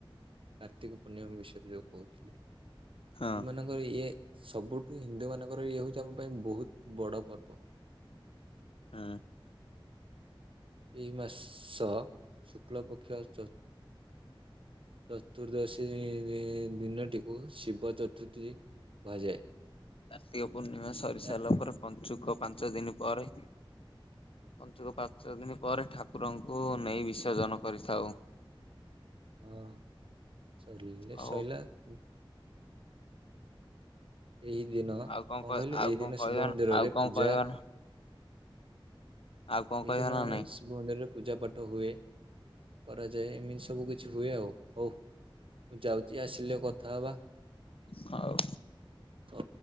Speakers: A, on the right (about 70°); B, on the left (about 80°).
A: କାର୍ତ୍ତିକ ପୂର୍ଣ୍ଣିମା ବିଷୟରେ ଯଉ କହୁଥିଲି,
B: ହୁଁ।
A: ଯଉ ମାନଙ୍କ ଇଏ ସବୁଠୁ ହିନ୍ଦୁ ମାନଙ୍କର ଇଏ ହଉଚି ଆମ ପାଇଁ ବହୁତ୍ ବଡ଼ ପର୍ବ।
B: ହଁ।
A: ଏଇ ମାସ ଶୁକ୍ଳପକ୍ଷ ଚ ଚତୁର୍ଦ୍ଦଶୀ ଦିନଟିକୁ ଶିବ ଚତୁର୍ଥୀ କୁହାଯାଏ।
B: କାର୍ତ୍ତିକ ପୂର୍ଣ୍ଣିମା ସରି
A: ଆଁ,
B: ସାରିଲା ପରେ ପଞ୍ଚୁକ ପାଞ୍ଚ ଦିନ ପରେ ପଞ୍ଚୁକ ପାଞ୍ଚ ଦିନି ପରେ ଠାକୁରଙ୍କୁ ନେଇ ବିସର୍ଜନ କରିଥାଉ।
A: <unintelligible> ହଁ। ସରିଲେ
B: ଆଉ
A: ସଇଲା। ହୁଁ। ଏହି ଦିନ କଣ
B: ଆଉ
A: କହିଲୁ
B: ଆଉ
A: ଏହି
B: କଣ
A: ଦିନ
B: କହିବା
A: ଶିବ ମନ୍ଦିରରେ
B: ଆଉ କଣ
A: ପୂଜା
B: କହିବା ଆଉ କଣ
A: ଏହିଦିନ
B: କହିବା ନା ନାଇଁ
A: ଶିବ ମନ୍ଦିରରେ ପୂଜାପାଠ ହୁଏ। କରାଯାଏ ଏମିତି ସବୁ କିଛି ହୁଏ ଆଉ। ହଉ ମୁଁ ଯାଉଚି ଆସିଲେ କଥା ହବା।
B: ହଉ।
A: ହଉ।